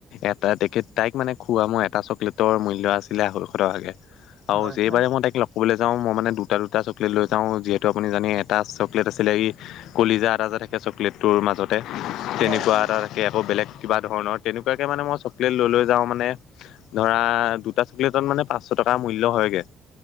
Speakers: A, on the left; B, on the right.
A: এটা তেখেত তাইক মানে খোৱা মই এটা চকলেট তৰ মূল্য আছিলে আঢ়ৈশ টকাকে। আৰু
B: হয়
A: যেই
B: হয়
A: বাৰে মই তাইক লগ কৰিবলৈ যাওঁ মই মানে দুটা দুটা চকলেট লৈ যাওঁ যিহেতু আপুনি জানে এটা চকলেট আছিলে এই কলিজা এটা যে থাকে চকলেটটোৰ মাজত। তে তেনেকুৱা
B: হয় হয়
A: এটা থাকে আকৌ বেলেগ কিবা ধৰণৰ তেনেকুৱাকে মানে মই চকলেট লৈ লৈ যাওঁ মানে ধৰা দুটা চকলেটত মানে পাঁচশ টকাৰ মূল্য হয় গে।